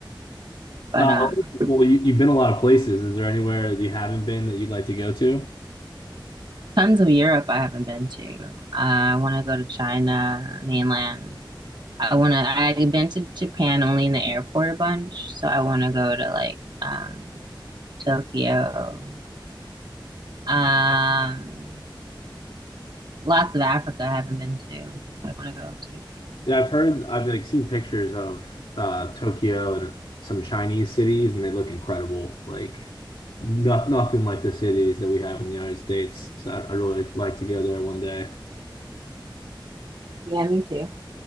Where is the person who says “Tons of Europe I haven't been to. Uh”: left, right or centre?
Right